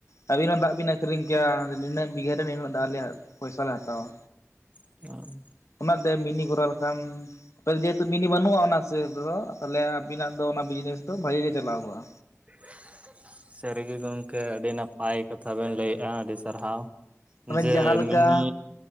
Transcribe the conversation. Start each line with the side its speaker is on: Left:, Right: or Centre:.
Left: ᱟᱹᱵᱤᱱ ᱦᱚᱸ ᱫᱟᱜ ᱵᱤᱱ ᱟᱹᱠᱷᱨᱤᱧ ᱤᱭᱟᱹᱜ ᱱᱤᱱᱟᱹᱜ ᱵᱤᱜᱷᱟᱹ ᱨᱮ ᱱᱤᱱᱟᱹᱜ ᱫᱟᱜ ᱟᱞᱮᱭᱟᱜ ᱯᱚᱭᱥᱟ ᱞᱮ ᱦᱟᱛᱟᱣᱟ
Right: ᱦᱟᱸᱜ
Left: ᱚᱱᱟᱛᱮ ᱢᱤᱱᱤ ᱠᱚᱨᱟᱣ ᱞᱮᱠᱷᱟᱱ ᱡᱮᱦᱮᱛᱩ ᱢᱤᱱᱤ ᱵᱟᱹᱱᱩᱜᱼᱟ ᱚᱱᱟ ᱥᱮᱫᱚ ᱛᱟᱦᱚᱞᱮ ᱟᱵᱤᱱᱟᱜ ᱫᱚ ᱚᱱᱟ ᱵᱤᱡᱽᱱᱮᱥ ᱫᱚ ᱵᱷᱟᱜᱤ ᱜᱮ ᱪᱟᱞᱟᱣ ᱠᱚᱜᱼᱟ
Right: <unintelligible> ᱥᱟᱹᱨᱤᱜᱮ ᱜᱚᱢᱠᱮ ᱟᱹᱰᱤ ᱱᱟᱯᱟᱭ ᱠᱟᱛᱷᱟ ᱵᱮᱱ ᱞᱟᱹᱭᱮᱜᱼᱟ ᱟᱹᱰᱤ ᱥᱟᱨᱦᱟᱣ
Left: ᱢᱟᱱᱮ
Right: ᱡᱮ
Left: ᱡᱟᱦᱟᱸ ᱞᱮᱠᱟ
Right: ᱢᱤᱱᱤ